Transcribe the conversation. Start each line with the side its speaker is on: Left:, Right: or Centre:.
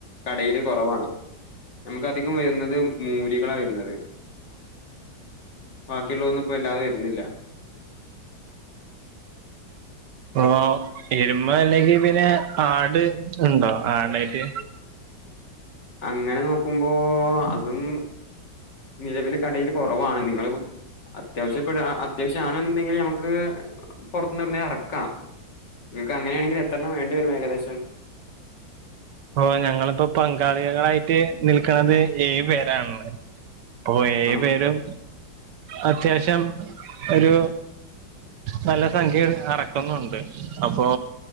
Left: കടേല് കൊറവാണ് നമുക്ക് അധികം വരുന്നത് മൂരികളാ വരുന്നത് ബാക്കിയുള്ളൊന്നും ഇപ്പ അല്ലാതെ വെര്ന്നില്ല
Right: പ്പോ എരുമ അല്ലെങ്കി പിന്നെ ആട് ഇണ്ടോ ആടായിട്ട്
Left: <unintelligible> അങ്ങനെ നോക്കുമ്പോ അതും നിലവില് കടേല് കൊറവാണ് നിങ്ങള് അത്യാവശ്യപ്പെട അത്യാവശ്യാണന്നുണ്ടെങ്കില് നമുക്ക് പുറത്ത് ഒന്നിനെ എറക്കാം ഇങ്ങക് അങ്ങനെ ആണക്കിൽ എത്രണ്ണം വേണ്ടിവരും ഏകദേശം
Right: ഓഹ് ഞങ്ങളിപ്പോ പങ്കാളികളായിട്ട് നിൽക്കണത് ഏഴ് പേരാണ് ഉള്ളെ ഇപ്പൊ ഏഴ്
Left: ആഹ്
Right: പേരും അത്യാവശ്യം ഒരു നല്ല സംഖ്യ എറക്കുന്നുണ്ട് അപ്പോ